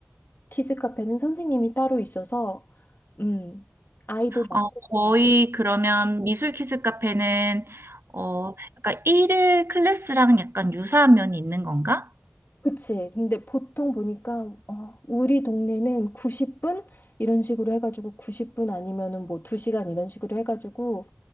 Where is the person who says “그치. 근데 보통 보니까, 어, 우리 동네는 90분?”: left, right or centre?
Left